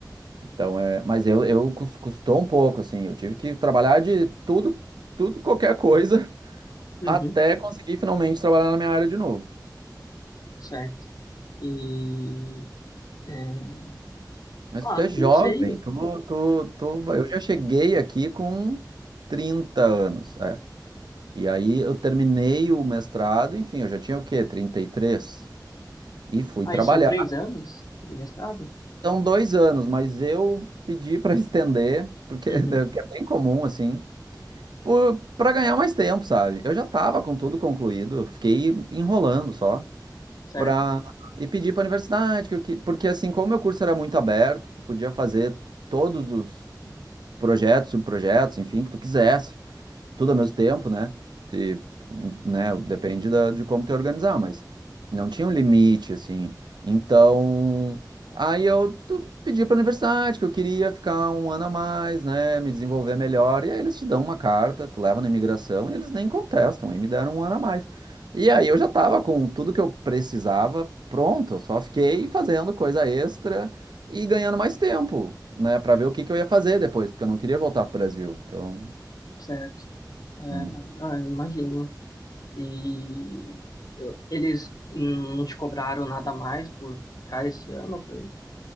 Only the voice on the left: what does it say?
Uhum,
certo. E, é,
ah,
não
sei.
Aí
são três anos de mestrado?
Uhum,
certo,
certo. É,
ah, eu imagino. E eu- eles não te cobraram nada mais por ficar esse ano, foi